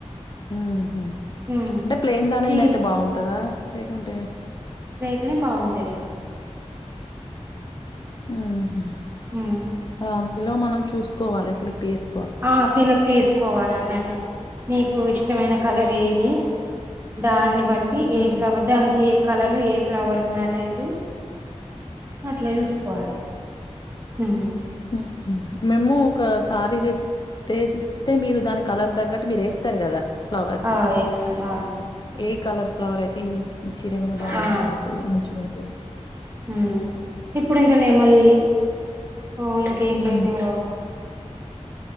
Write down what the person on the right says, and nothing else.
హ్మ్.
చీ
తనే బాగుంటది
హ్మ్.
ఆ సెలక్ తీస్కోవాలన్నట్టు నీకు ఇష్టమైన కలర్ ఏది దాన్ని బట్ ఈ ఏ
ఫ్లవర్ దాన్కి ఏ కలర్ ఏ ఫ్లవర్ మ్యాచైతది అట్లా జూస్కో కోవాలి ఉమ్
ఆ వేస్తం ఆ
ఆ
ఉహ్ ఇప్పుడింకా నేమలి ఓ ఇంకేంటెంటో
ఓ